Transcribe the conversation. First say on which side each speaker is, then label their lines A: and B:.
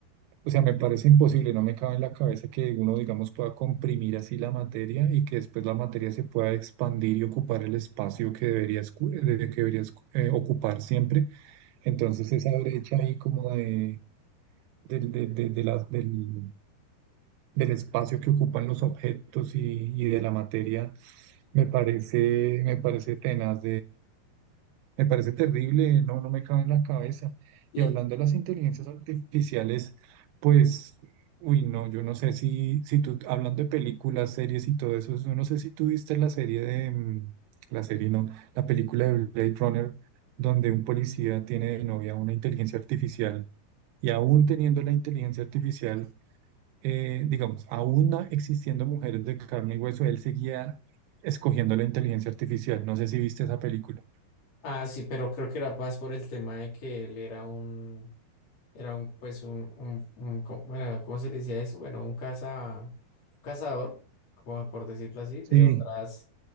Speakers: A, on the right; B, on the left.
A: o sea, me parece imposible, no me cabe en la cabeza que uno, digamos, pueda comprimir así la materia y que después la materia se pueda expandir y ocupar el espacio que debería, escu- de- que debería escu- eh, ocupar siempre. Entonces, esa brecha ahí como de, del de- de- de la- del, del espacio que ocupan los objetos y, y de la materia, me parece, me parece tenaz me parece terrible, no, no me cabe en la cabeza.
B: Y
A: Y hablando de las inteligencias artificiales, pues, uy, no, yo no sé si, si tú, hablando de películas, series y todo eso, yo no sé si tú viste la serie de, mm, la serie no, la película de Blade Runner, donde un policía tiene de novia una inteligencia artificial y aún teniendo la inteligencia artificial, eh, digamos, aún na- existiendo mujeres de carne y hueso, él seguía escogiendo la inteligencia artificial. No sé si viste esa película.
B: ah, sí, pero creo que era más por el tema de que él era un Era un, pues, un, un, un co- bueno, ¿cómo se le decía eso? Bueno, un caza, cazador, como por decirlo así, de
A: Sí,
B: otras,